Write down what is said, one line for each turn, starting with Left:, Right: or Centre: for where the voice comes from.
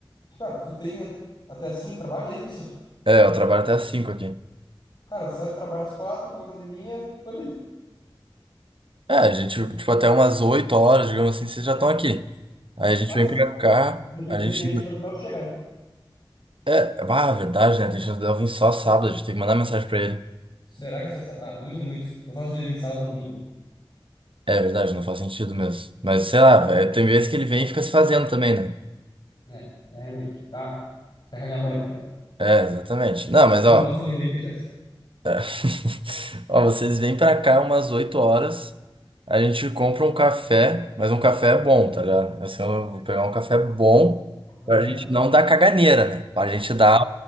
Left: Cara, tu tem até às 5 trabalho, é isso?
Right: É, eu trabalho até às 5 aqui.
Left: Cara, sai do trabalho às quatro vou na academia, tô livre.
Right: É, a gente, tipo, até umas 8 horas, digamos assim, vocês já estão aqui. Aí a gente
Left: Ah,
Right: vem
Left: sim.
Right: pra cá,
Left: Dep-
Right: a gente...
Left: Depende de quando o Léo chega, né?
Right: É, ah, verdade, né? A gente não deve vir só sábado, a gente tem que mandar mensagem pra ele.
Left: Será que é só. sa- Ah, duvido muito. Não faço dia de vir sábado ou domingo, mano.
Right: É verdade, não faz sentido mesmo. Mas, sei lá, velho, tem vezes que ele vem e fica se fazendo também, né?
Left: É, é realmente. Ah, é a minha mãe, tá ligado?
Right: É, exatamente. Não, mas,
Left: Ninguém
Right: ó,
Left: gosta da mãe dele, mas é essa.
Right: <laughs> Ó, vocês vêm pra cá umas 8 horas, a gente compra um café, mas um café é bom, tá ligado? Assim, eu vou pegar um café bom pra
Left: Aham.
Right: gente
Left: <laughs>
Right: não dar caganeira, né? Pra gente dar.